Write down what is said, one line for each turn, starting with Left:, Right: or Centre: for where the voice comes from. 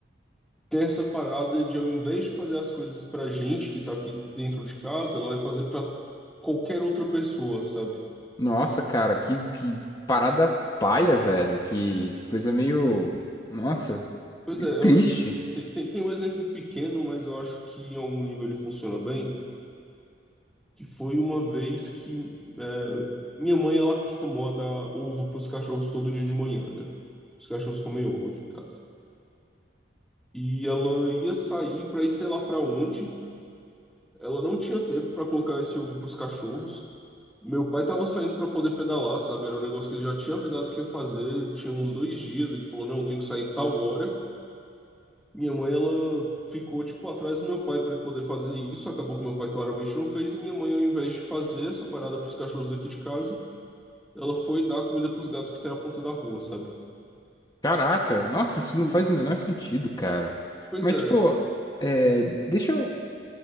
Centre: tem essa parada de, ao invés de fazer as coisas pra gente que tá aqui dentro de casa, ela vai fazer pra qualquer outra pessoa, sabe?
Left: Nossa, cara, que, que parada paia, velho. Que, que coisa meio. Nossa,
Centre: Pois
Left: meio
Centre: é, eu...
Left: triste.
Centre: Tem, tem, tem um exemplo pequeno, mas eu acho que em algum nível ele funciona bem que foi uma vez que é, minha mãe ela acostumou a dar ovo para os cachorros todo dia de manhã, né? Os cachorros comem ovo aqui em casa. E ela ia sair para ir sei lá para onde. Ela não tinha tempo para colocar esse ovo para os cachorros. Meu pai estava saindo para poder pedalar, sabe? Era um negócio que ele já tinha avisado que ia fazer, tinha uns dois dias. Ele falou: Não, tenho que sair tal hora. Minha mãe, ela ficou, tipo, atrás do meu pai para ele poder fazer isso. Acabou que meu pai claramente não fez. E minha mãe, ao invés de fazer essa parada para os cachorros daqui de casa, Ela foi dar comida pros gatos que tem na ponta da rua, sabe?
Left: Caraca, nossa, isso
Centre: Pô,
Left: não faz o menor sentido, cara.
Centre: pois
Left: Mas,
Centre: é.
Left: pô, é, deixa eu.